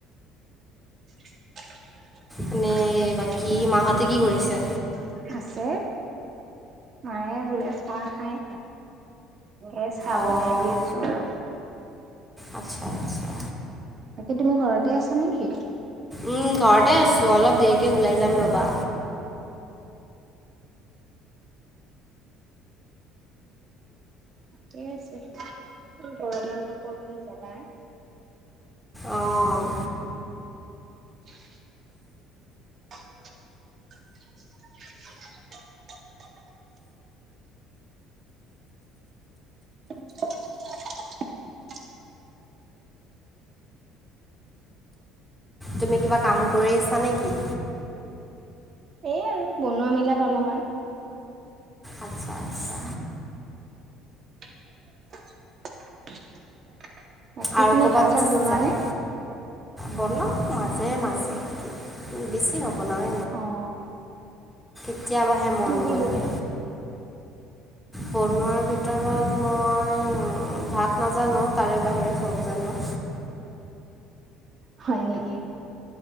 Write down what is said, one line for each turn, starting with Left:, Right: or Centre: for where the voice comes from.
Right: <inaudible>
Centre: মানে বাকী মাহঁতে কি কৰিছে
Right: আছে। মায়ে বোলে চাহ খায়। এই চাহ
Centre: অঁ
Right: বনাই দি আছোঁ আৰু।
Centre: আচ্ছা আচ্ছা
Right: বাকী তুমি ঘৰতে আছা নেকি?
Centre: উম, ঘৰতে আছোঁ, অলপ দেৰিকে ওলাই যাম ৰ'বা।
Right: ঠিকে আছে। এই গৰমতনো ক'তনো যাবা?
Centre: অ'।
Right: <inaudible> <inaudible> <inaudible>
Centre: তুমি কিবা কাম কৰি আছা নেকি?
Right: এ, আৰু বনোৱা মিলাত অলপমান।
Centre: আচ্ছা আচ্ছা
Right: <inaudible> বাকি
Centre: আৰু
Right: তুমি
Centre: ক'ৰবাত
Right: ভাত চাত বনোৱানে?
Centre: যা- বনাওঁ মাজে মাজে, বেছি নবনাওঁ।
Right: অ'।
Centre: কেতিয়াবাহে মন
Right: কি কি
Centre: গ'লে।
Right: বনোৱা
Centre: বনোৱাৰ ভিতৰত মই ভাত নাজানো তাৰে বাহিৰে চ'ব জানো।
Right: হয় নেকি,